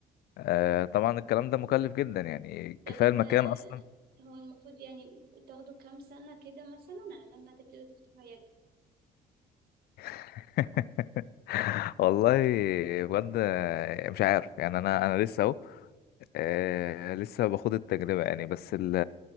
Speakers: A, on the left; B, on the right.
A: آه، طبعا الكلام ده مكلف جدا يعني
B: طب
A: كفاية
B: انت
A: المكان أصلا
B: هو المفروض يعني تاخدوا كام سنة كده مثلا على لما تبتدوا تفتحوا عيادة
A: <laughs> والله بجد آه، مش عارف يعني أنا أنا لسه أهو آه، لسه باخد التجربة يعني بس ال-